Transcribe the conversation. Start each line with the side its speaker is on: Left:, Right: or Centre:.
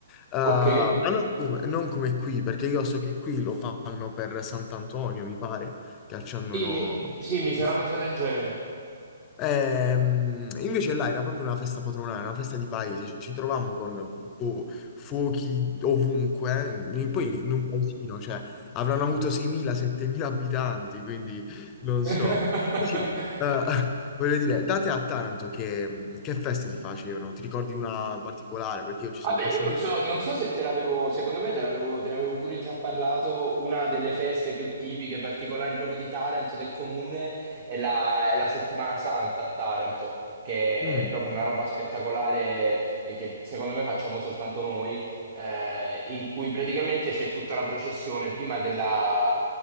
Left: eh, ma
Right: Ok.
Left: non come, non come qui, perché io so che qui lo fanno per Sant'Antonio, mi pare, che accendono
Right: Sì, mi, sì, mi sa
Left: il
Right: una
Left: fuoco.
Right: cosa del genere.
Left: Ehm, invece là era proprio una festa patronale, una festa di paese, ci trovammo con boh, fuochi ovunque, eh. In- poi in un paesino, cioè avranno avuto 6.000-7.000 abitanti, quindi non
Right: <laughs>
Left: so. Sì, eh, <laughs> voglio dire, date a Taranto che, che feste si facevano, ti ricordi una particolare? Perché io ci sono
Right: Vabbè,
Left: passato...
Right: io non
Left: più
Right: so, non
Left: volte.
Right: so se te l'avevo, secondo me te l'avevo, te ne avevo pure già parlato, una delle feste più tipiche, particolari proprio di Taranto, del comune, è la, è la Settimana Santa a Taranto, che
Left: Mm.
Right: è proprio una roba spettacolare e che secondo me facciamo soltanto noi, eh, in cui praticamente c'è tutta una processione prima della...